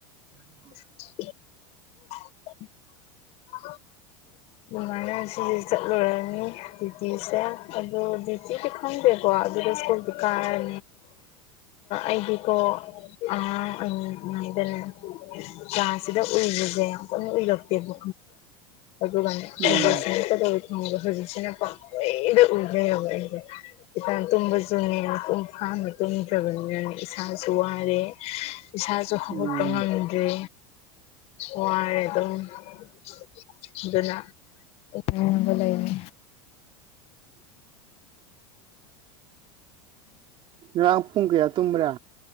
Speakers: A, on the right; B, on the left.
A: ꯎꯝ
B: <unintelligible>
A: <inaudible>
B: ꯑꯗꯨꯃꯥꯏꯅ ꯁꯤꯁꯦ ꯆꯠꯂꯨꯔꯅꯤ ꯗ꯭ꯌꯨꯇꯤꯁꯦ ꯑꯗꯣ ꯗ꯭ꯌꯨꯇꯤꯗꯤ ꯈꯪꯗꯦꯀꯣ ꯑꯗꯨ ꯏꯁꯀꯨꯜ ꯗꯨꯀꯥꯟ ꯑꯗꯤ ꯀꯧꯕ ꯑꯥ ꯑꯩ ꯃꯥꯏꯗꯅ ꯆꯥꯁꯤꯗ ꯎꯏꯔꯤꯁꯦ ꯀꯝ ꯎꯏꯔꯛꯇꯦꯕ ꯑꯗꯨꯒꯅꯤ
A: ꯎꯝ
B: ꯃ ꯁꯖꯤꯁꯤ ꯄꯦꯔ ꯎꯜꯌ ꯏꯇ ꯇꯨꯝꯕꯁꯨꯅꯦ ꯄꯨꯡ ꯐꯥꯅ ꯇꯨꯝꯗ꯭ꯔꯕꯅꯦꯅ ꯏꯁꯥꯁꯨ ꯋꯥ ꯔꯦ ꯏꯁꯥꯁꯨ ꯍꯧꯒꯠꯄ
A: ꯎꯝ
B: ꯉꯝꯃꯗ꯭ꯔꯦ ꯋꯥꯔꯦ ꯑꯗꯨꯅ ꯑꯒ ꯂꯩꯦ
A: ꯔꯥꯡ ꯄꯨꯡꯀꯌꯥ ꯇꯨꯝ꯭ꯔꯥ